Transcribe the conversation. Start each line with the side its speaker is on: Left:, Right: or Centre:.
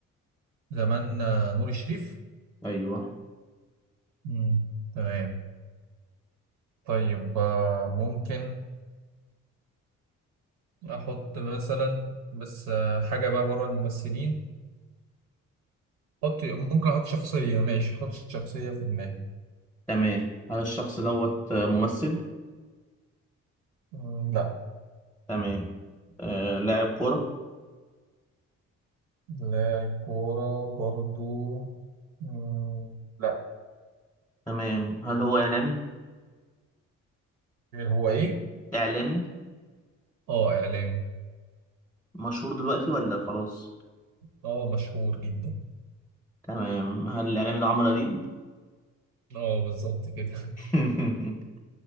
Right: زمان آه، نور الشريف
Centre: أيوه
Right: مم. تمام طيب آه ممكن أحط مثلا بس آه حاجة بقى بره الممثلين حط ممكن احط شخصية ماشي حط شخصية في دماغي
Centre: تمام هل الشخص دوت ممثل
Right: مم، لا
Centre: تمام آه لاعب كورة
Right: لاعب كورة برضو مم، لا
Centre: تمام هل هو إعلامي
Right: هو ايه؟
Centre: إعلامي
Right: اه اعلامي
Centre: مشهور دلوقتي ولا خلاص
Right: اه مشهور جدا
Centre: تمام هل الإعلامي ده عمرو أديب
Right: اه بالظبط كده
Centre: <laughs>